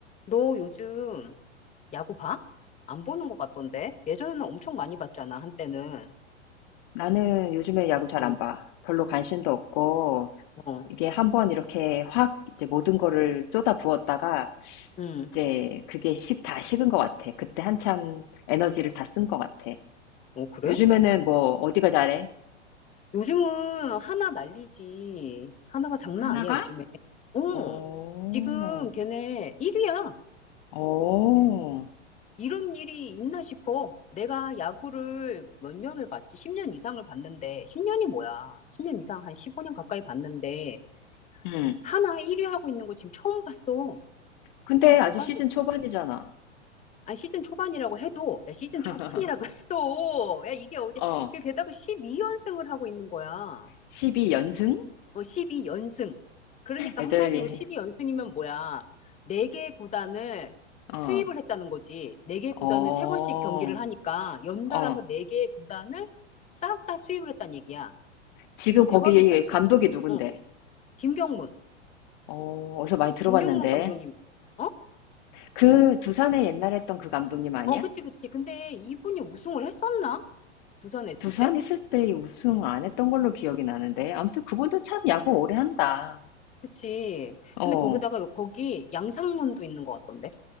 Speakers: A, on the left (about 20°); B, on the left (about 40°).
A: 너 요즘 야구 봐? 안 보는 것 같던데? 예전에는 엄청 많이 봤잖아, 한때는.
B: 나는 요즘에 야구 잘
A: 어,
B: 안 봐. 별로 관심도 없고,
A: 어,
B: 이게 한번 이렇게 확 이제 모든 거를 쏟아부었다가,
A: 응.
B: 이제 그게 식, 다 식은 것 같아. 그때 한참 에너지를 다 쓴 것 같아.
A: 어, 그래?
B: 요즘에는 뭐, 어디가 잘해?
A: 요즘은 하나 난리지. 하나가 장난
B: 하나가?
A: 아니야, 요즘에. 어,
B: 오,
A: 지금 걔네 1위야.
B: 오,
A: 이런 일이 있나 싶어. 내가 야구를 몇 년을 봤지? 10년 이상을 봤는데, 10년이 뭐야? 10년 이상, 한 15년 가까이 봤는데,
B: 음.
A: 하나 1위 하고 있는 거 지금 처음 봤어.
B: 근데 아직
A: 대박.
B: 시즌 초반이잖아.
A: 아니 시즌 초반이라고 해도 야, 시즌
B: <laughs>
A: 초반이라고 <laughs> 해도 야 이게 어디
B: 어,
A: 그 게다가 12연승을 하고 있는 거야.
B: 12연승?
A: 어 12연승. 그러니까
B: 애들,
A: 한마디로
B: 이
A: 12연승이면 뭐야? 네 개 구단을 수입을
B: 어,
A: 했다는 거지. 네 개 구단을
B: 어,
A: 세 번씩 경기를 하니까 연달아서
B: 어.
A: 네 개의 구단을 싹 다 수입을 했다는 얘기야.
B: 지금 거기
A: 대박이다 진짜.
B: 감독이 누군데?
A: 어 김경문.
B: 어, 어디서 많이 들어봤는데.
A: 김경문 감독님. 어?
B: 그 두산에 옛날에 했던 그 감독님 아니야?
A: 어 그치 그치. 근데 이분이 우승을 했었나? 부산에 있을
B: 두산
A: 때?
B: 있을 때 우승 안 했던 걸로 기억이 나는데. 아무튼 그분도 참 야구 오래 한다.
A: 그치.
B: 어,
A: 근데 거기다가 거기 양상문도 있는 것 같던데.